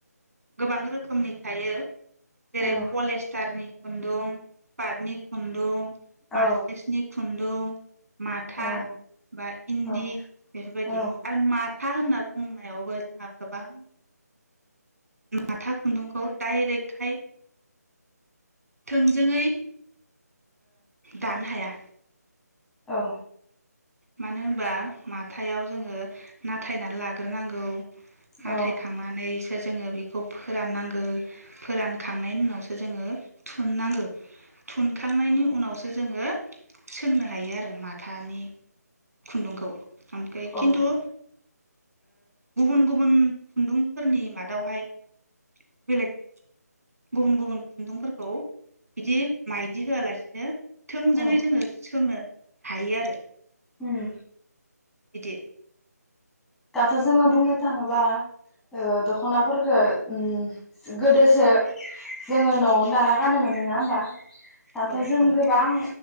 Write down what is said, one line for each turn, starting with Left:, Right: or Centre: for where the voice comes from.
Right: गोबां रोखोमनि थायो। जेरै
Centre: औ
Right: पलिस्टारनि खुन्दुं पाटनि खुन्दुं मासस्रायनि
Centre: औ
Right: खुन्दुं माथा
Centre: औ
Right: बा इन्दि
Centre: औ
Right: बेफोरबायदि
Centre: औ
Right: आरो मा माथा होनना बुंनायावबो जोंहा गोबां माथा खुन्दुंखौ डायरेक्टहाय थोंजोङै दानो हाया।
Centre: औ
Right: मानो होनबा माथायाव जोङो नाथायनानै लाग्रोनांगौ। नाथाय
Centre: औ
Right: खांनानै सो जोङो बेखौ फोराननांगौ फोरानखांनायनि उनावसो जोङो थुननांगो थुनखांनायनि उनाव जोङो सोंनो हायो आरो माथानि खुन्दुंखौ ओमफ्राय
Centre: औ
Right: खिन्थु गुबुन गुबुन खुन्दुंफोरनि मादावहाय बेलेग गुबुन गुबुन खुन्दुंफोरखौ बिदि माइदि होआलासिनो थोंजोङै
Centre: औ
Right: जोङो सोंनो हायो आरो।
Centre: उम
Right: इदि
Centre: दाथ जोङो बुंनो थाङोबा ओ दखनाफोरखो उम गोदोसो जोङो नआवनो दाना गानोमोन नङा होमबा? दाथ
Right: औ
Centre: जों
Right: औ
Centre: गोबां